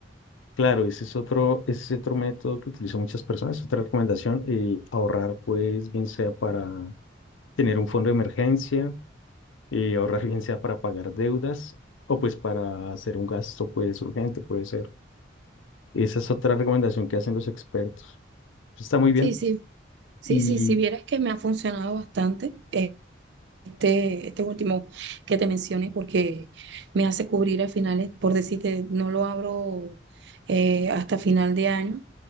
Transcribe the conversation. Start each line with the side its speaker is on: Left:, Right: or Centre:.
Left: Claro, ese es otro, ese es otro método que utilizan muchas personas, otra recomendación, eh, ahorrar pues bien sea para tener un fondo de emergencia, eh, ahorrar bien sea para pagar deudas o pues para hacer un gasto pues urgente, puede ser. Esa es otra recomendación que hacen los expertos. Está muy bien.
Right: Sí, sí, sí,
Left: y
Right: sí, si vieras que me ha funcionado bastante. este, este último que te mencioné, porque me hace cubrir a finales, por decirte, no lo abro eh, hasta final de año